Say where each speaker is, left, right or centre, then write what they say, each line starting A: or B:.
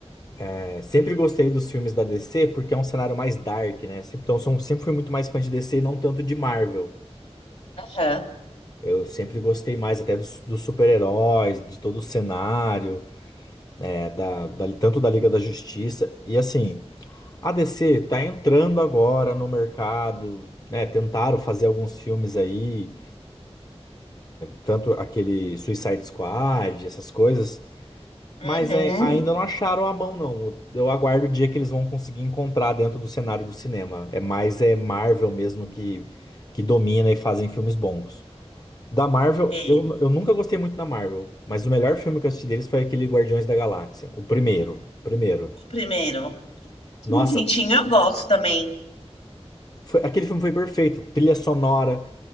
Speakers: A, on the left; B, on the left.
A: é, sempre gostei dos filmes da DC porque é um cenário mais dark, né? Sempre- Então, sou, sempre fui muito mais fã de DC e não tanto de Marvel.
B: Aham.
A: Eu sempre gostei mais até dos, dos super-heróis, de todo o cenário, é, da, da- tanto da Liga da Justiça. E assim. A DC tá entrando agora no mercado, né? Tentaram fazer alguns filmes aí, tanto aquele Suicide Squad, essas coisas,
B: Uhum.
A: mas é, ainda não acharam a mão, não. Eu aguardo o dia que eles vão conseguir encontrar dentro do cenário do cinema. É mais é Marvel mesmo que, que domina e fazem filmes bons. Da Marvel,
B: É,
A: eu, eu nunca gostei muito da Marvel, mas o melhor filme que eu assisti deles foi aquele Guardiões da Galáxia, o primeiro, primeiro.
B: o primeiro.
A: Nossa,
B: Quentinho eu gosto também.
A: foi- aquele filme foi perfeito. Trilha sonora.